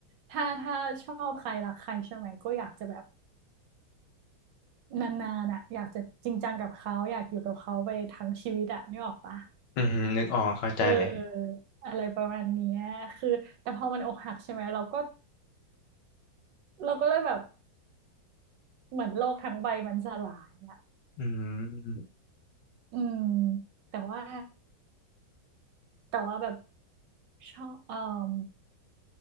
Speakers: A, on the right; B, on the left.
A: ถ้าถ้าชอบใครรักใครใช่ไหมก็อยากจะแบบนานๆอ่ะอยากจะจริงจังกับเขาอยากอยู่กับเขาไปทั้งชีวิตอ่ะนึกออกปะ
B: อือหือนึกออกเข้าใจเลย
A: เออเอออะไรประมาณเนี้ยคือแต่พอมันอกหักใช่ไหมเราก็เราก็เลยแบบเหมือนโลกทั้งใบมันสลายอ่ะ
B: อืม
A: อืมแต่ว่าแต่ว่าแบบ ชอบเอ่อม